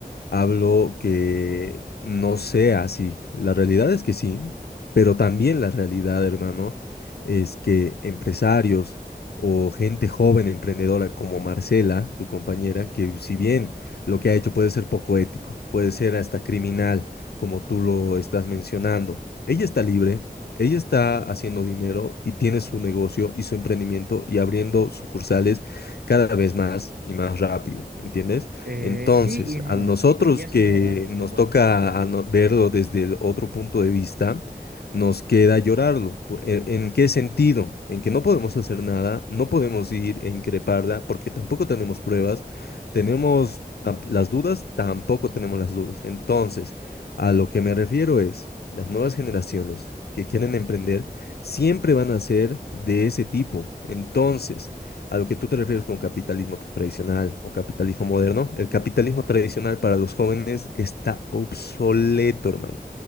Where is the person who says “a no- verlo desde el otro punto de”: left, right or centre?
Left